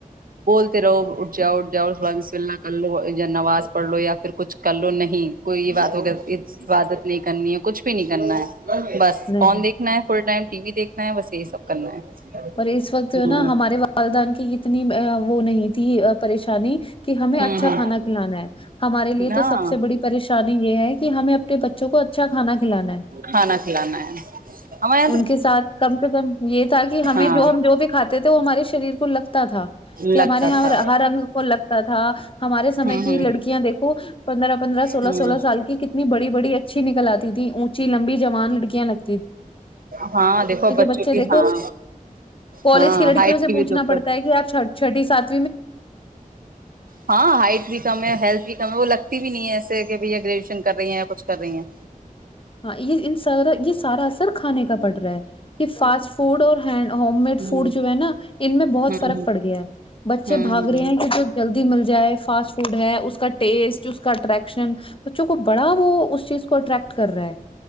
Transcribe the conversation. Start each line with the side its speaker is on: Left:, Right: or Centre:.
Right: بولتے رہو اٹھ جاؤ اٹھ جاؤ اس بسم اللہ کر لو یا نواز پڑھ لو یا پھر کچھ کر لو نہیں کوئی یہ بات ہو عبادت نہیں کرنی ہے کچھ بھی نہیں کرنا ہے بس
Left: نہیں
Right: فون دیکھنا ہے فل ٹائم ٹی و دیکھ نہیں بس یہی سب کرنا ہے
Left: پر اس وقت جو
Right: ہ
Left: ہے نا ہمارے والدان کی اتنی وہ نہیں تھی پریشانی کہ ہمیں
Right: ہوں
Left: اچھا
Right: ہ
Left: کھانا کھلانا ہے ہمارے لیے
Right: ہاں
Left: تو سب سے بڑی پریشانی یہ ہے کہ ہمیں اپنے بچوں کو اچھا کھانا کھلانا ہے
Right: کھانا کھلانا ہے ہمارے یہاں
Left: ان کے ساتھ کم سے کم یہ کہ
Right: تو
Left: ہمیں
Right: ہاں
Left: جو ہم جو بھی کھاتے تھ وہ ہمارے شریر کو لگتا تا تھا کہ
Right: لگتا
Left: ہمارے یہاں
Right: تھا
Left: ہر رگ کو لگتا تھا ہمارے سمے
Right: ہ
Left: کی
Right: ہ
Left: لڑکیاں دیکھو پندرہ پندرہ سولہ
Right: ہ
Left: سولہ سال کی کتنی بڑی بڑی اچھی نکل آتی تھی اونچی لمبی جبان لڑکیاں لگ
Right: ہاں دیکھو بچوں
Left: بچے
Right: کی
Left: دیکھو
Right: ہاں
Left: کالج
Right: ہاں
Left: کی لڑکیوں
Right: ہائٹ
Left: سے پوچھنا
Right: بھی دقت
Left: پڑتا ہے کہ آپ چرچا سات
Right: ہاں ہائٹ بھی کم ہیلھ بھی کم وہ لگتا بھی نہیں ہے ایسے کہ بھیا گریجویشن کر رہی ہیں یا کچھ کر رہی ہیں
Left: ہاں یہ سارا یہ سارا کھانے کا پڑ رہا ہے کہ فاسٹ فوڈ اور ہینڈ ہوم میڈ فوڈ
Right: ہ
Left: جو ہے نا ان میں بہت
Right: ہوں
Left: فرق پڑ گیا ہے بچے
Right: ہ ہوں
Left: بھاگ
Right: ہ
Left: رہے ہیں کہ جو جلدی مل جائے فاسٹ فڈ ہے اس کا ٹیسٹ اس کا اٹریکشن بچوں کو بڑا وہ اس چیز کو اٹریکٹ کر رہا ہے